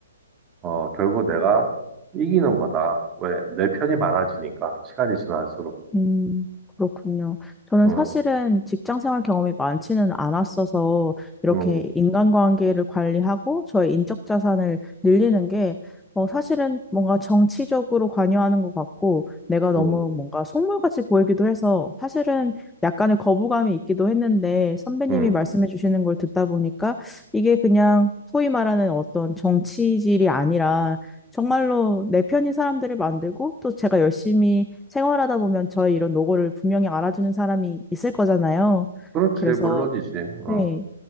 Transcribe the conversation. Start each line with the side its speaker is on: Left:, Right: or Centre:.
Right: 어, 결국 내가 이기는 거다. 왜? 내 편이 많아지니까. 시간이 지날수록.
Centre: 음, 그렇군요. 저는
Right: 응,
Centre: 사실은 직장 생활 경험이 많지는 않았어서 이렇게
Right: 응,
Centre: 인간관계를 관리하고 저의 인적 자산을 늘리는 게 어, 사실은 뭔가 정치적으로 관여하는 것 같고 내가 너무
Right: 응,
Centre: 뭔가 속물같이 보이기도 해서 사실은 약간의 거부감이 있기도 했는데 선배님이
Right: 응.
Centre: 말씀해 주시는 걸 듣다 보니까 이게 그냥 소위 말하는 어떤 정치질이 아니라 정말로 내 편인 사람들을 만들고 또 제가 열심히 생활하다 보면 저의 이런 노고를 분명히 알아주는 사람이 있을 거잖아요.
Right: 그렇지,
Centre: 그래서
Right: 물론이지. 어.
Centre: 네,